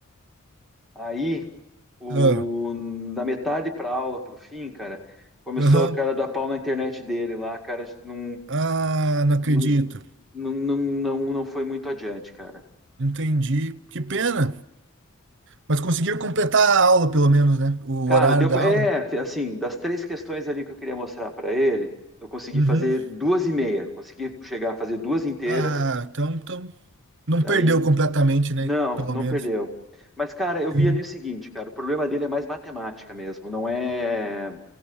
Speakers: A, in the centre; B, on the right.
A: Aí, o,
B: ah,
A: da metade pra aula, pro fim, cara, começou
B: aham.
A: o cara a dar pau na internet dele lá, cara, a gente não,
B: Ah, não acredito.
A: não, não, não, não não foi muito adiante, cara.
B: Entendi. Que pena. Mas conseguiram completar a aula, pelo menos, né? O
A: Cara,
B: horário
A: deu
B: da
A: pra,
B: aula.
A: é, assim, das três questões ali que eu queria mostrar pra ele, eu consegui
B: Uhum.
A: fazer duas e meia, consegui chegar a fazer duas inteiras,
B: Ah, então, então não
A: daí
B: perdeu completamente, né?
A: Não,
B: Pelo
A: não
B: menos.
A: perdeu. Mas, cara, eu
B: Sim.
A: vi ali o seguinte, cara, o problema dele é mais matemática mesmo, não é,